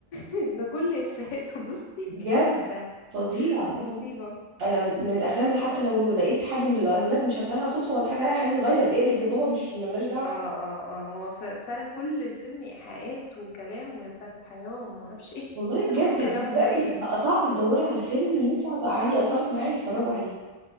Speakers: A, on the left; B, on the right.
A: <laughs> ده كل افهاته <laughs> بصي
B: <laughs> بجد
A: كارثة
B: فظيع
A: مصيبة
B: لا لا انا من الافلام اللي
A: اه
B: حتى لو لقيت حد من الاولاد مشغلها صدفه ولا حاجه لا يا حبيبي غير اقلب يا بابا مش ملناش دعوه
A: اه اه اه هو ف- فعلا كل الفيلم ايحاءات وكلام ويا بتاعة الحياة وما اعرفش ايه
B: والله
A: <laughs>
B: بجد
A: وكلام
B: دلوقتي
A: غريب
B: بقى صعب تدوري على فيلم ينفع تقعدي اطفالك معايا يتفرجوا عليه